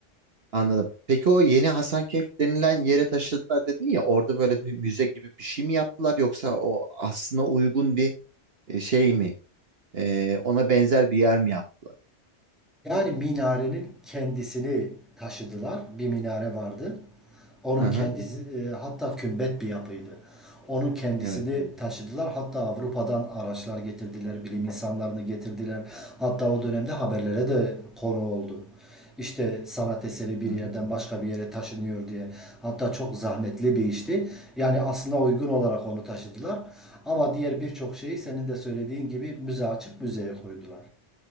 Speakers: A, on the right; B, in the centre.
A: Anladım. Peki o yeni Hasankeyf denilen yere taşıdılar dedin ya orada böyle bir müze gibi bir şey mi yaptılar yoksa o aslına uygun bir e, şey mi? Ee, ona benzer bir yer mi yaptılar?
B: Yani minarenin kendisini taşıdılar. Bir minare vardı. Onun
A: Hı hı.
B: kendisi e, hatta kümbet bir yapıydı. Onun kendisini
A: Evet.
B: taşıdılar. Hatta Avrupa'dan araçlar getirdiler, bilim insanlarını getirdiler. Hatta o dönemde haberlere de konu oldu. İşte sanat eseri bir
A: Hı
B: yerden
A: hı.
B: başka bir yere taşınıyor diye. Hatta çok zahmetli bir işti. Yani aslına uygun olarak onu taşıdılar. Ama diğer birçok şeyi senin de söylediğin gibi müze açıp müzeye koydular.